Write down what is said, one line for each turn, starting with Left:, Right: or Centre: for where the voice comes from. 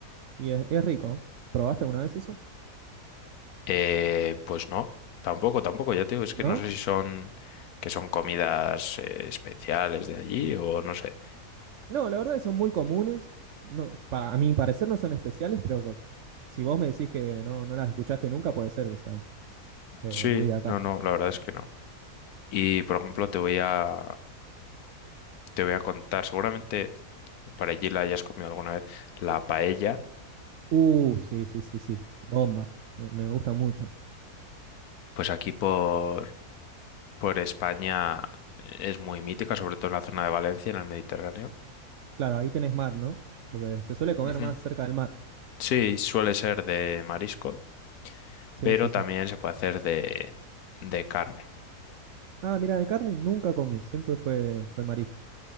Right: Y es, es rico. ¿eh? ¿Probaste alguna vez eso?
Left: Eh, pues no, tampoco, tampoco. Ya te digo, es
Right: ¿No?
Left: que no sé si son que son comidas eh, especiales de allí o no sé.
Right: No, la verdad que son muy comunes. No, para, a mi parecer no son especiales, pero co- si vos me decís que no, no las escuchaste nunca, puede ser que sea eh,
Left: Sí,
Right: muy de acá.
Left: no, no, la verdad es que no. Y por ejemplo, te voy a te voy a contar, seguramente por allí la hayas comido alguna vez, la paella.
Right: Uh, sí, sí, sí, sí. Bomba. Me, me gusta mucho.
Left: Pues aquí por por España eh, es muy mítica, sobre todo en la zona de Valencia, en el Mediterráneo.
Right: Claro, ahí tenés mar, ¿no? Porque se suele comer
Left: Ujú.
Right: más cerca del mar.
Left: Sí, suele ser de marisco,
Right: Sí,
Left: pero
Right: sí, sí.
Left: también se puede hacer de de carne.
Right: Ah, mira, de carne nunca comí. Siempre fue, fue marisco.